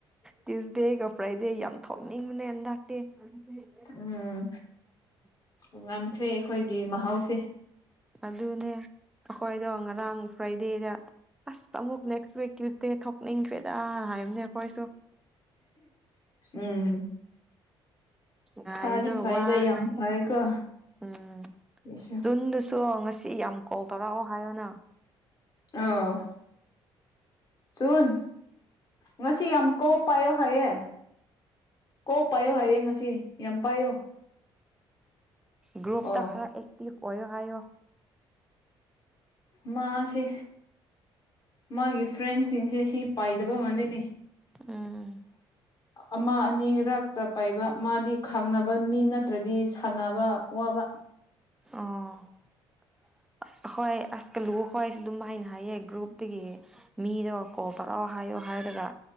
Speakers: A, in the centre; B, on the left (about 40°).
A: ꯇ꯭ꯌꯨꯁꯗꯦꯒ ꯐ꯭ꯔꯥꯏꯗꯦ ꯌꯥꯝ ꯊꯣꯛꯅꯤꯡꯕꯅꯦ ꯍꯦꯟꯗꯥꯛꯇꯦ <unintelligible>
B: ꯎꯝ ꯇꯣꯉꯥꯟꯈ꯭ꯔꯦ ꯑꯩꯈꯣꯏꯒꯤ ꯃꯍꯥꯎꯁꯦ
A: ꯑꯗꯨꯅꯦ ꯑꯈꯣꯏꯗꯣ ꯉꯔꯥꯡ ꯐ꯭ꯔꯥꯏꯗꯦꯗ ꯑꯁ ꯑꯃꯨꯛ ꯅꯦꯛꯁ ꯋꯤꯛ ꯇ꯭ꯋꯨꯁꯗꯦ ꯈꯝ ꯅꯤꯡꯈ꯭ꯔꯦꯗ ꯍꯥꯏꯕꯅꯦ ꯑꯈꯣꯏꯁꯨ
B: ꯎꯝ
A: ꯉꯥꯏꯕꯗ
B: ꯐꯗꯤ ꯐꯩꯗ
A: ꯋꯥꯈ꯭ꯔꯦ
B: ꯌꯥꯝ ꯐꯩꯀꯣ
A: ꯎꯝ
B: ꯁꯨ
A: ꯖꯨꯟꯗꯨꯁꯨ ꯉꯁꯤ ꯌꯥꯝ ꯀꯣꯜ ꯇꯧꯔꯛꯑꯣ ꯍꯥꯏꯌꯣꯅ
B: ꯑꯧ ꯖꯨꯟ ꯉꯁꯤ ꯌꯥꯝ ꯀꯣꯜ ꯄꯥꯏꯌꯣ ꯍꯥꯏꯌꯦ ꯀꯣ ꯄꯥꯏꯌꯣ ꯍꯥꯏꯌꯦ ꯉꯁꯤ ꯌꯥꯝ ꯄꯥꯏꯌꯣ
A: ꯒ꯭ꯔꯨꯐꯇ
B: ꯑꯣ
A: ꯈꯔ ꯑꯦꯛꯇꯤꯚ ꯑꯣꯏꯌꯣ ꯍꯥꯏꯌꯣ
B: ꯃꯥꯁꯦ ꯃꯥꯒꯤ ꯐ꯭ꯔꯦꯟꯁꯤꯡꯁꯦ ꯁꯤ ꯄꯥꯏꯗꯕ ꯃꯥꯜꯂꯦꯅꯦ
A: ꯎꯝ
B: ꯑꯃ ꯑꯅꯤꯔꯛꯇ ꯄꯥꯏꯕ ꯃꯥꯗꯤ ꯈꯪꯅꯕ ꯃꯤ ꯅꯠꯇ꯭ꯔꯗꯤ ꯁꯥꯟꯅꯕ ꯋꯕ
A: ꯑꯣ ꯍꯣꯏ ꯑꯁ ꯀꯂꯨ ꯍꯣꯏꯁꯨ ꯑꯗꯨꯝꯃꯥꯏꯅ ꯍꯥꯏꯌꯦ ꯒ꯭ꯔꯨꯞꯇꯒꯤ ꯃꯤꯗꯣ ꯀꯣꯜ ꯇꯧꯔꯛꯑꯣ ꯍꯥꯏꯌꯣ ꯍꯥꯏꯔꯒ